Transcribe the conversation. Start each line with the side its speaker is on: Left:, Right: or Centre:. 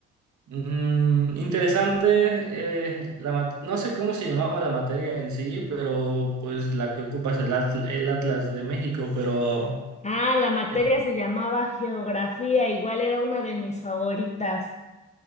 Right: mm, interesante, eh, la mat- no sé cómo se llamaba la materia en sí, pero pues la que ocupas el, atl- el Atlas de México, pero...
Left: Ah, la materia
Right: eh,
Left: se llamaba geografía, igual era una de mis favoritas.